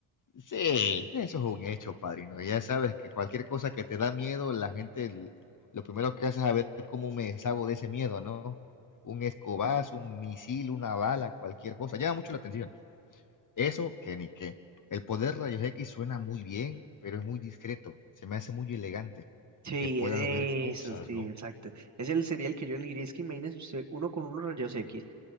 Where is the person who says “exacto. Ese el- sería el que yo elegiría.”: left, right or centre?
Right